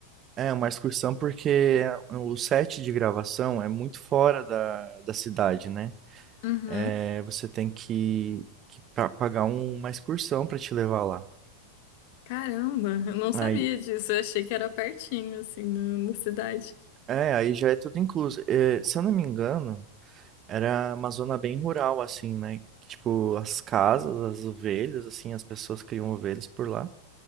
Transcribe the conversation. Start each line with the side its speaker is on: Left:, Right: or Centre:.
Right: é uma excursão porque o set de gravação é muito fora da, da cidade, né?
Left: Uhum.
Right: É, você tem que, que pa- pagar um- uma excursão pra te levar lá.
Left: Caramba, eu não
Right: Aí,
Left: sabia disso. Eu achei que era pertinho, assim, na, na cidade.
Right: é, aí já é tudo incluso. É, se eu não me engano, era uma zona bem rural, assim, né? Tipo, as casas, as ovelhas, assim, as pessoas criam ovelhas por lá.